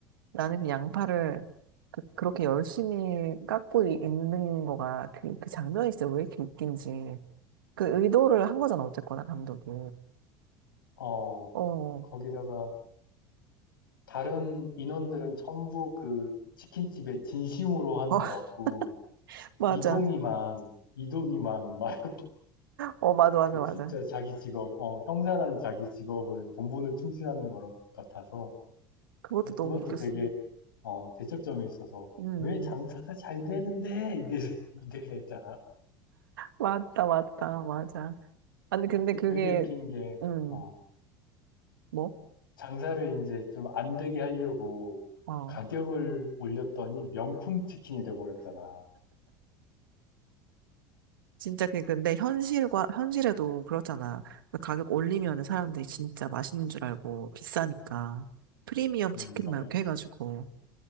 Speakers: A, on the right; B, on the left.
A: 나는 그 양파를 그, 그렇게 열심히 깎고 이- 있는 거가 그, 그 장면이 진짜 왜 이렇게 웃긴지. 그 의도를 한 거잖아, 어쨌거나, 감독이.
B: 어,
A: 어,
B: 거기다가,
A: 어,
B: 다른 인원들은 전부 그 치킨집에 진심으로 하는
A: <laughs>
B: 것 같고,
A: 맞아.
B: 이동이만, 이동이만 막 <laughs>
A: 어, 맞아, 맞아,
B: 그
A: 맞아.
B: 진짜 자기 직업, 어, 형사라는 자기 직업을 본분을 충실하는 것 같아서,
A: 그것도
B: 어, 그것도
A: 너무 웃겼어.
B: 되게,
A: 음,
B: 어, 대척점에 있어서,
A: 음.
B: 왜 장사가 잘 되는데? 이래서, 이래서 있잖아.
A: 맞다, 맞다, 맞아. 아니, 근데 그게,
B: 되게 웃긴 게,
A: 음,
B: 어,
A: 뭐?
B: 장사를 이제 좀 안 되게 하려고
A: 어.
B: 가격을 올렸더니 명품 치킨이 돼버렸잖아.
A: 진짜 그 그 근데 현실과 현실에도 그렇잖아. 그 가격 올리면
B: 어,
A: 사람들이 진짜 맛있는 줄 알고 비싸니까 프리미엄
B: 음,
A: 치킨
B: 막
A: 막 이렇게 해가지고.